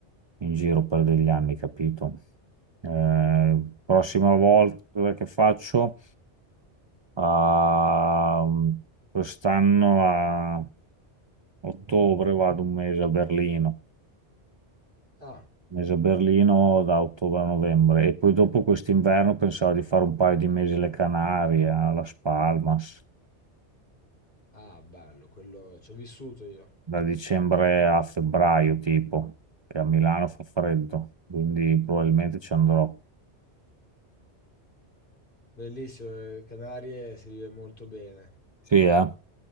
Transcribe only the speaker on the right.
in giro per degli anni, capito? Eh, prossima volta che faccio, a- quest'anno a ottobre vado un mese a Berlino.
mese a Berlino da ottobre a novembre e poi dopo quest'inverno pensavo di fare un paio di mesi alle Canarie, a Las Palmas,
da dicembre a febbraio tipo, che a Milano fa freddo, quindi probabilmente ci andrò.
Sì, eh?